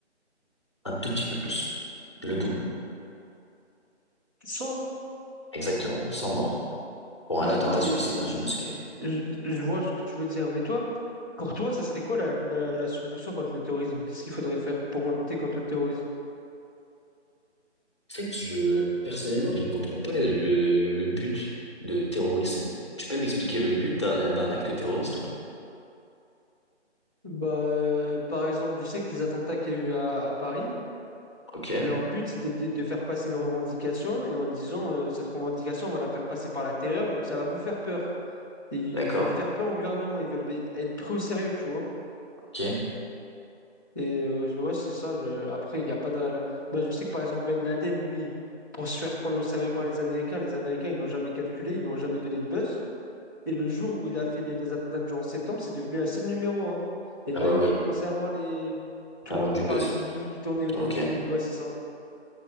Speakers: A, on the left; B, on the right.
A: Un tout petit peu plus. Le double,
B: 100?
A: exactement, sans mort, pour
B: Mais
A: un attentat
B: attends, mais,
A: suicide
B: mais
A: dans une mosquée.
B: je, je vois ce que tu veux dire. Mais toi, pour toi, ça serait quoi la, la- la solution contre le terrorisme? Qu'est-ce qu'il faudrait faire pour lutter contre le terrorisme?
A: En fait, je, personnellement, je ne comprends pas le, le but de terrorisme. Tu peux m'expliquer le but d'un d'un acte terroriste ou pas?
B: Bah, euh, par exemple, je sais que les attentats qu'il y a eu à, à Paris,
A: Ok,
B: leur but c'était de, de faire passer une revendication et en disant euh, cette revendication, on va la faire passer par la terreur, donc ça va vous faire peur. Et ils
A: d'accord.
B: ils veulent faire peur au gouvernement, ils veulent être être pris au sérieux, tu vois.
A: Ok.
B: Et euh, ouais, c'est ça. le- Après, il n'y a pas de. réel- Bah, je sais que par exemple, Ben Laden, lui, pour se faire prendre au sérieux par les Américains, les Américains, ils l'ont jamais calculé, ils lui ont jamais donné de buzz. Et le jour où il a fait les, les attentats du 11 septembre, c'est devenu la cible numéro un. Et
A: Ah
B: là,
A: bah
B: il
A: oui,
B: a commencé à voir les... tout
A: avoir
B: le monde
A: du
B: qui parlait
A: buzz.
B: de lui, qui tournait autour
A: Ok.
B: de lui. Ouais, c'est ça.